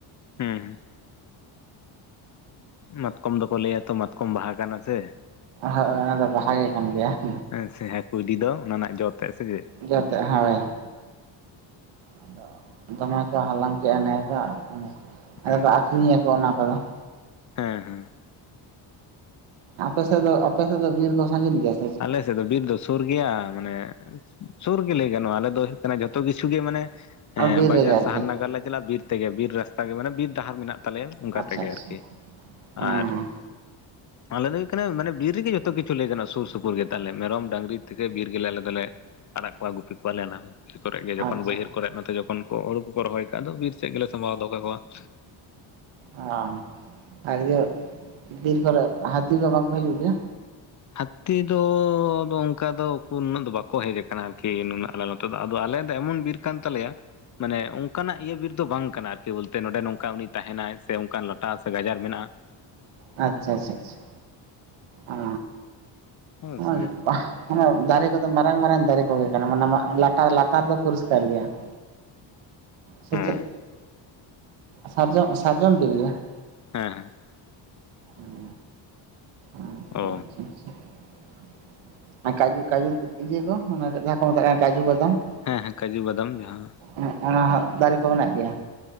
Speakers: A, on the left (about 40°); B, on the right (about 75°).
A: ᱦᱩᱸ ᱦᱩᱸ᱾ ᱢᱟᱛᱠᱚᱢ ᱫᱚᱠᱚ ᱞᱟᱹᱭᱟ ᱛᱚ ᱢᱟᱛᱠᱚᱢ ᱵᱟᱦᱟ ᱠᱟᱱᱟ ᱥᱮ᱾
B: ᱦᱳᱭ ᱚᱱᱟ ᱫᱚ ᱵᱟᱦᱟ ᱜᱮ ᱠᱟᱱ ᱜᱮᱭᱟ ᱾
A: ᱦᱮᱸ ᱥᱮ ᱦᱮᱸ ᱠᱩᱭᱰᱤ ᱫᱚ ᱚᱱᱟ ᱨᱮᱱᱟᱜ ᱡᱚ ᱛᱮᱜ ᱥᱮ ᱪᱮᱜ?
B: ᱡᱚ ᱛᱮᱜ ᱦᱳᱭ ᱾ ᱟᱫᱚ ᱫᱚᱢᱮ ᱠᱚ ᱦᱟᱞᱟᱝ ᱠᱮᱜᱼᱟ ᱱᱮᱥ ᱫᱚ᱾ ᱟᱫᱚ
A: ᱟᱪᱪᱷᱟ
B: ᱠᱚ ᱟᱹᱠᱷᱨᱤᱧ ᱟᱠᱚ ᱚᱱᱟ ᱠᱚᱫᱚ ᱾
A: ᱦᱮᱸ ᱦᱮᱸ ᱾
B: ᱟᱯᱮ ᱥᱮᱫ ᱫᱚ, ᱟᱯᱮ ᱥᱮᱫ ᱫᱚ ᱵᱤᱨ ᱠᱚ ᱥᱟᱺᱜᱤᱧ ᱜᱮᱭᱟ ᱾
A: ᱟᱞᱮ ᱥᱮᱫ ᱫᱚ ᱵᱤᱨ ᱫᱚ ᱥᱩᱨ ᱜᱮᱭᱟ ᱢᱟᱱᱮ ᱥᱩᱨ ᱜᱮ ᱞᱟᱹᱭ ᱜᱟᱱᱚᱜᱼᱟ᱾ ᱟᱞᱮ ᱫᱚ ᱦᱩᱭᱩᱜ ᱠᱟᱱᱟ ᱡᱚᱛᱚ ᱠᱤᱪᱷᱩ ᱜᱮ ᱢᱟᱱᱮ ᱦᱮᱸ
B: ᱵᱤᱨ
A: ᱵᱟᱡᱟᱨ
B: ᱨᱮᱜᱮ ᱟᱨᱠᱤ
A: ᱥᱟᱦᱟᱨ ᱱᱟᱜᱟᱨ ᱞᱮ ᱪᱟᱞᱟᱜᱼᱟ᱾ ᱵᱤᱨ ᱛᱮᱜᱮ ᱵᱤᱨ ᱨᱟᱥᱛᱟ ᱜᱮ ᱢᱟᱱᱮ ᱵᱤᱨ ᱰᱟᱦᱟᱨ ᱢᱮᱱᱟᱜ ᱛᱟᱞᱮᱭᱟ ᱚᱱᱠᱟ
B: ᱟᱪᱪᱷᱟ
A: ᱛᱮᱜᱮ
B: ᱟᱪᱪᱷᱟ
A: ᱟᱨᱠᱤ
B: ᱦᱮᱸ
A: ᱟᱨ ᱟᱞᱮ ᱫᱚ ᱦᱩᱭᱩᱜ ᱠᱟᱱᱟ᱾ ᱢᱟᱱᱮ ᱵᱤᱨ ᱨᱤᱜᱤ ᱡᱚᱛᱚ ᱠᱤᱪᱷᱩ ᱞᱟᱹᱭ ᱜᱟᱱᱚᱜ-ᱟ ᱥᱩᱨ ᱥᱩ ᱯᱩᱨ ᱜᱮᱛᱟᱞᱮ ᱢᱮᱨᱚᱢ, ᱰᱟᱝᱨᱤ ᱛᱮᱜᱮ ᱵᱤᱨ ᱜᱮᱞᱮ ᱟᱞᱮ ᱫᱚᱞᱮ ᱟᱲᱟᱜ ᱠᱚᱣᱟ ᱜᱩᱯᱤ ᱠᱚᱣᱟᱞᱮ ᱚᱱᱟ ᱦᱚᱸ ᱾ ᱠᱚᱨᱮᱡ ᱜᱮ ᱡᱚᱠᱷᱚᱱ
B: ᱟᱪᱪᱷᱟ
A: ᱵᱟᱹᱭᱦᱟᱹᱲ ᱠᱚᱨᱮᱜ ᱱᱚᱛᱮ ᱡᱚᱠᱷᱚᱱ ᱠᱚ ᱦᱳᱲᱩ ᱠᱚᱠᱚ ᱨᱚᱦᱚᱭ ᱠᱟᱜᱼᱟ ᱫᱚ ᱵᱤᱨ ᱥᱮᱜ ᱜᱮᱞᱮ ᱥᱟᱢᱵᱟᱣ ᱫᱚᱦᱚ ᱟᱠᱚᱣᱟ ᱾
B: ᱚ ᱟᱨ ᱤᱭᱟᱹ ᱵᱤᱨ ᱠᱚᱨᱮ ᱦᱟᱹᱛᱤ ᱠᱚ ᱵᱟᱝ ᱠᱚ ᱦᱤᱡᱩᱜ ᱜᱤᱭᱟ?
A: ᱦᱟᱹᱛᱤ ᱫᱚ ᱚᱝᱠᱟ ᱫᱚ ᱩᱠᱩ ᱱᱩᱱᱟᱹᱜ ᱫᱚ ᱵᱟᱠᱚ ᱦᱮᱡ ᱟᱠᱟᱱᱟ ᱟᱨᱠᱤ ᱱᱩᱱᱟᱹᱜ ᱟᱞᱮ ᱛᱚᱫᱚ ᱟᱫᱚ ᱟᱞᱮ ᱫᱚ ᱮᱢᱚᱱ ᱵᱤᱨ ᱠᱟᱱ ᱛᱟᱞᱮᱭᱟ ᱢᱟᱱᱮ ᱚᱝᱠᱟᱱᱟᱜ ᱤᱭᱟᱹ ᱵᱤᱨ ᱫᱚ ᱵᱟᱝ ᱠᱟᱱᱟ ᱟᱨᱠᱤ ᱵᱚᱞᱛᱮ ᱱᱚᱸᱰᱮ ᱱᱚᱝᱠᱟ ᱩᱱᱤ ᱛᱟᱦᱮᱱᱟᱭ ᱥᱮ ᱚᱝᱠᱟᱱ ᱞᱟ ᱴᱟ ᱥᱮ ᱜᱟᱡᱟᱲ ᱢᱮᱱᱟᱜᱼᱟ ᱾
B: ᱟᱪᱪᱷᱟ ᱟᱪᱪᱷᱟ ᱟᱪᱪᱷᱟ ᱟ
A: ᱦᱮᱸ
B: ᱦᱚᱜ-ᱚᱭ
A: ᱥᱮ
B: ᱨᱩᱯᱟ ᱢᱟᱱᱮ ᱫᱟᱨᱮ ᱠᱚᱫᱚ ᱢᱟᱨᱟᱝ ᱢᱟᱨᱟᱝ ᱫᱟᱨᱮ ᱠᱚᱜᱮ ᱠᱟᱱᱟ, ᱢᱚᱱᱮ ᱢᱟᱜ ᱞᱟᱴᱟᱨ ᱞᱟᱛᱟᱨ ᱫᱚ ᱯᱚᱨᱤᱥᱠᱟᱨ ᱜᱮᱭᱟ ᱾ ᱥᱮ
A: ᱦᱮᱸ
B: ᱪᱮᱫ ᱥᱟᱨᱡᱚᱱ ᱥᱟᱨᱡᱚᱢ ᱵᱤᱨ ᱜᱮ ᱾
A: ᱦᱮᱸ ᱦᱮᱸ ᱾
B: ᱦᱮᱸ ᱟᱪᱪᱷᱟ,
A: ᱚ
B: ᱟᱪᱪᱷᱟ, ᱟᱪᱪᱷᱟ ᱾ ᱟᱨ ᱠᱟᱡᱩ ᱠᱟᱡᱩ ᱤᱭᱟᱹ ᱠᱚ ᱚᱱᱟ ᱴᱟᱜ ᱡᱟᱦᱟᱸ ᱠᱚ ᱢᱮᱛᱟᱜ ᱠᱟᱱᱟ ᱠᱟᱡᱩ ᱵᱟᱫᱟᱢ ᱾
A: ᱦᱮᱸ, ᱦᱮᱸ ᱠᱟᱡᱩ ᱵᱟᱫᱟᱢ ᱡᱟᱦᱟᱸ
B: ᱦᱮᱜ ᱚᱱᱟ ᱦᱟᱸᱜ ᱫᱟᱨᱮ ᱠᱚ ᱢᱮᱱᱟᱜ ᱜᱮᱭᱟ᱾